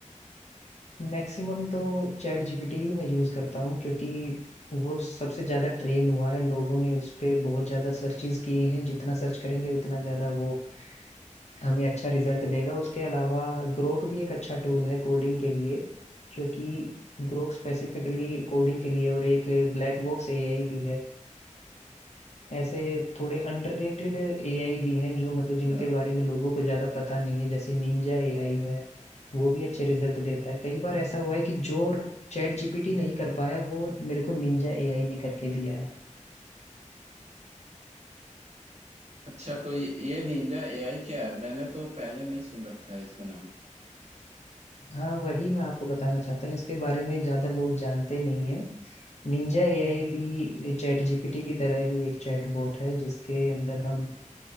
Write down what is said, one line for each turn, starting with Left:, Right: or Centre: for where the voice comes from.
Left: मैक्सिमम तो चैट जीपीटी ही मैं यूज करता हूँ क्योंकि वो सबसे ज्यादा ट्रेन हुआ है लोगों ने उस पे बहुत ज्यादा सर्चेस किए हैं जितना सर्च करेंगे उतना ज्यादा वो हमें अच्छा रिजल्ट देगा उसके अलावा ग्रोक भी एक अच्छा टूल है कोडिंग के लिए क्योंकि ग्रोक स्पेसिफिकली कोडिंग के लिए और एक ब्लैक बॉक्स एआई भी है ऐसे थोड़े अंडररेटेड एआई भी हैं जो मतलब जिनके
Right: अच्छा
Left: बारे में लोगों को ज्यादा पता नहीं है जैसे निंजा एआई है वो भी अच्छे रिजल्ट देता है कई बार ऐसा हुआ है कि जो चैट जीपीटी नहीं कर पाया वो मेरे को निंजा एआई ने करके दिया है
Right: अच्छा तो ये, ये निंजा एआई क्या है मैंने तो पहले नहीं सुन रखा है इसका नाम
Left: हाँ वही मैं आपको बताना चाहता हूँ इसके बारे में ज्यादा लोग जानते नहीं है निंजा एआई भी चैट जीपीटी की तरह ही एक चैट बॉट है जिसके अंदर हम